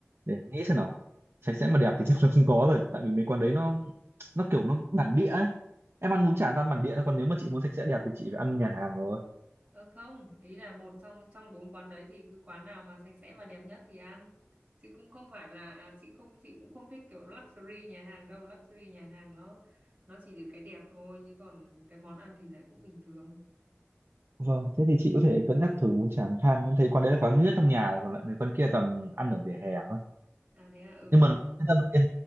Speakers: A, on the right; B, on the right.
A: để em nghĩ xem nào sạch sẽ mà đẹp thì chắc là không có rồi tại vì mấy quán đấy nó nó kiểu nó bản địa ấy em ăn bún chả toàn bản địa thôi còn nếu mà chị muốn sạch sẽ đẹp thì chị phải ăn nhà hàng rồi
B: ờ không ý là một trong trong bốn quán đấy thì cứ quán nào mà sạch sẽ và đẹp nhất thì ăn chứ cũng không phải là à, chị không chị cũng không thích kiểu luxury nhà hàng đâu luxury nhà hàng nó nó chỉ được cái đẹp thôi chứ còn cái món ăn thì lại cũng bình thường
A: Vâng, thế thì chị có thể cân nhắc thử bún chả than. Em thấy quán đấy là quán duy nhất trong nhà rồi, còn lại mấy quán kia toàn ăn ở vỉa hè thôi.
B: À thế à, ừ
A: nhưng
B: đúng
A: mà
B: rồi,
A: yên
B: đúng
A: tâm
B: rồi.
A: yên,